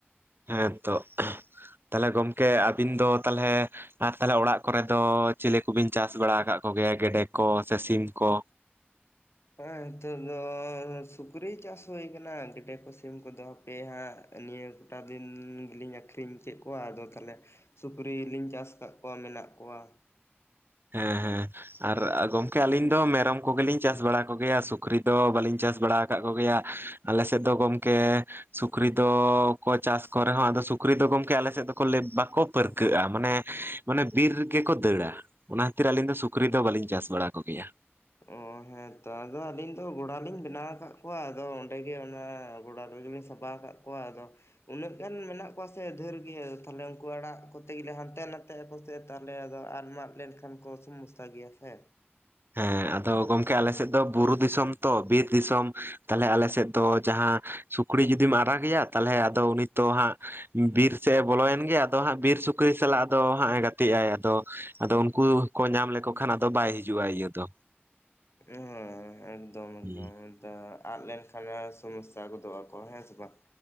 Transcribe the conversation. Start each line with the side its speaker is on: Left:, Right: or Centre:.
Right: ᱦᱮᱸ ᱛᱚ ᱛᱟᱦᱚᱞᱮ ᱜᱚᱝᱠᱮ ᱟᱵᱤᱱ ᱫᱚ ᱛᱟᱦᱚᱞᱮ ᱟᱨ ᱛᱟᱦᱚᱞᱮ ᱚᱲᱟᱜ ᱠᱚᱨᱮ ᱫᱚ ᱪᱤᱞᱤ ᱠᱚᱵᱤᱱ ᱪᱟᱥ ᱵᱟᱲᱟᱣ ᱠᱟᱫ ᱠᱚᱜᱮᱭᱟ ᱜᱮᱰᱮ ᱠᱚ ᱥᱮ ᱥᱤᱢ ᱠᱚ
Left: ᱦᱮᱸ ᱱᱤᱛᱚᱜ ᱫᱚ ᱥᱩᱠᱨᱤ ᱪᱟᱥ ᱦᱩᱭ ᱠᱟᱱᱟ ᱜᱮᱰᱮ ᱠᱚ ᱥᱤᱢ ᱠᱚᱫᱚ ᱦᱟᱯᱮ ᱦᱟᱸᱜ ᱱᱤᱭᱟᱹ ᱠᱚᱴᱟ ᱫᱤᱱ ᱜᱮᱞᱤᱧ ᱟᱠᱷᱨᱤᱧ ᱠᱮᱫ ᱠᱚᱣᱟ ᱟᱫᱚ ᱛᱟᱦᱚᱞᱮ᱾ ᱥᱩᱠᱨᱤ ᱞᱤᱧ ᱪᱟᱥ ᱟᱠᱟᱫ ᱠᱚᱣᱟ ᱢᱮᱱᱟᱜ ᱠᱚᱣᱟ᱾
Right: ᱦᱮᱸ ᱦᱮᱸ ᱟᱨ ᱜᱚᱝᱠᱮ ᱟᱹᱞᱤᱧ ᱫᱚ ᱢᱮᱨᱚᱢ ᱠᱚᱜᱮᱞᱤᱧ ᱪᱟᱥ ᱵᱟᱲᱟ ᱠᱚᱜᱮᱭᱟ ᱥᱩᱠᱨᱤ ᱫᱚ ᱵᱟᱹᱞᱤᱧ ᱪᱟᱥ ᱵᱟᱲᱟᱣ ᱠᱟᱫ ᱠᱚᱜᱮᱭᱟ ᱟᱞᱮ ᱥᱮᱫ ᱫᱚ ᱜᱚᱝᱠᱮ ᱥᱩᱠᱨᱤ ᱫᱚᱠᱚ ᱪᱟᱥ ᱠᱚ ᱨᱮᱦᱚᱸ ᱟᱫᱚ ᱥᱩᱠᱨᱤ ᱫᱚ ᱜᱚᱢᱠᱮ ᱟᱞᱮ ᱥᱮᱫ ᱫᱚ ᱵᱟᱠᱚ ᱯᱟᱹᱨᱠᱟᱹᱜᱼᱟ ᱢᱟᱱᱮ᱾ ᱢᱟᱱᱮ ᱵᱤᱨ ᱨᱮᱜᱮᱠᱚ ᱫᱟᱹᱲᱟ ᱚᱱᱟ ᱠᱷᱛᱤᱨ ᱟᱹᱞᱤᱧ ᱫᱚ ᱥᱩᱠᱨᱤ ᱫᱚ ᱵᱟᱹᱞᱤᱧ ᱪᱟᱥ ᱵᱟᱲᱟ ᱠᱚᱜᱮᱭᱟ᱾
Left: ᱚ ᱦᱮ ᱛᱚ ᱟᱫᱚ ᱟᱹᱞᱤᱧ ᱫᱚ ᱜᱚᱲᱟᱞᱤᱧ ᱵᱮᱱᱟᱣ ᱟᱠᱟᱫ ᱠᱚᱣᱟ ᱟᱫᱚ ᱚᱸᱰᱮ ᱜᱮ ᱚᱱᱟ ᱜᱚᱲᱟ ᱨᱮᱜᱮᱞᱤᱧ ᱥᱟ ᱵᱟ ᱠᱟᱜ ᱠᱚᱣᱟ ᱟᱫᱚ ᱩᱱᱟᱹᱜ ᱜᱟᱱ ᱢᱮᱱᱟᱜ ᱠᱚᱣᱟ ᱥᱮ ᱫᱷᱮᱨ ᱜᱮ ᱛᱟᱦᱞᱮ ᱩᱱᱠᱩ ᱟᱲᱟᱜ ᱠᱚᱛᱮ ᱜᱮᱞᱮ ᱦᱟᱱᱛᱮ ᱱᱟᱛᱮ ᱟᱠᱚ ᱥᱮ ᱛᱟᱦᱚᱞᱮ ᱟᱫᱚ ᱟᱫ ᱢᱟᱜ ᱞᱮᱱᱠᱷᱟᱱ ᱠᱚ ᱥᱚᱢᱚᱥᱥᱟ ᱜᱮᱭᱟ ᱥᱮ
Right: ᱦᱮ ᱟᱫᱚ ᱜᱚᱝᱠᱮ ᱟᱞᱮ ᱥᱮᱫ ᱫᱚ ᱵᱩᱨᱩ ᱫᱤᱥᱚᱢ ᱛᱚ ᱵᱤᱨ ᱫᱤᱥᱚᱢ ᱛᱟᱦᱚᱞᱮ ᱟᱞᱮ ᱥᱮᱫ ᱫᱚ ᱡᱟᱦᱟ ᱥᱩᱠᱨᱤ ᱡᱩᱫᱤᱢ ᱟᱨᱟᱜᱮᱭᱟ ᱛᱟᱦᱚᱞᱮ ᱟᱫᱚ ᱩᱱᱤ ᱛᱚ ᱦᱟᱜ ᱵᱤᱨ ᱥᱮᱫ ᱮ ᱵᱚᱞᱚᱭᱮᱱ ᱜᱮ ᱟᱫᱚ ᱦᱟᱜ ᱵᱤᱨ ᱥᱩᱠᱨᱤ ᱥᱟᱞᱟᱜ ᱟᱫᱚ ᱦᱟᱜ ᱮ ᱜᱟᱛᱮ ᱟᱭ ᱟᱫᱚ᱾ ᱟᱫᱚ ᱩᱱᱠᱩ ᱠᱚ ᱧᱟᱢ ᱞᱮᱠᱚ ᱠᱷᱟᱱ ᱟᱫᱚ ᱵᱟᱭ ᱦᱤᱡᱩᱜᱼᱟ ᱤᱭᱟᱹ ᱫᱚ
Left: ᱚ ᱮᱠᱫᱚᱢ
Right: ᱦᱩᱸ
Left: ᱮᱠᱫᱚᱢ ᱛᱚ ᱟᱫ ᱞᱮᱱᱠᱷᱟᱱ ᱥᱚᱢᱚᱥᱥᱟ ᱜᱚᱫᱚᱜ ᱟᱠᱚ ᱦᱮ ᱥᱮ ᱵᱟᱝ᱾